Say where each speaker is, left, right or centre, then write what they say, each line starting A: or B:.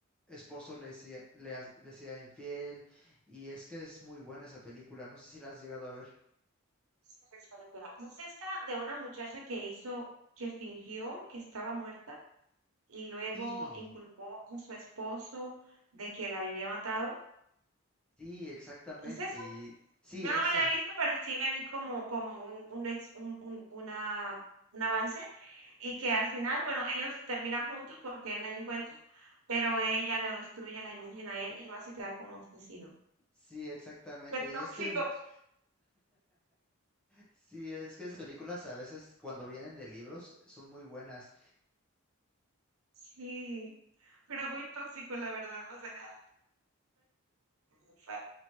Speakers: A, in the centre; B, on the right.
A: esposo le sea, le, ha- le sea infiel y es que es muy buena esa película, no sé si la has llegado a ver.
B: Espera, espera, espera. ¿No es esta de una muchacha que hizo, que fingió que estaba muerta y luego
A: Sí,
B: inculpó a su esposo de que la había matado?
A: sí, exactamente.
B: ¿Es esa?
A: Y, sí,
B: Yo
A: exa.
B: no me la he visto, pero sí me vi como, como un, un ex- un- un- una, un avance y que al final, bueno, ellos terminan juntos porque él la encuentra, pero ella le destruye la imagen a él y lo hace quedar como asesino.
A: Sí, exactamente.
B: Qué tóxico,
A: Y es que much- sí, es que esas películas a veces cuando vienen de libros son muy buenas.
B: sí, pero muy tóxico, la verdad. O sea, o sea,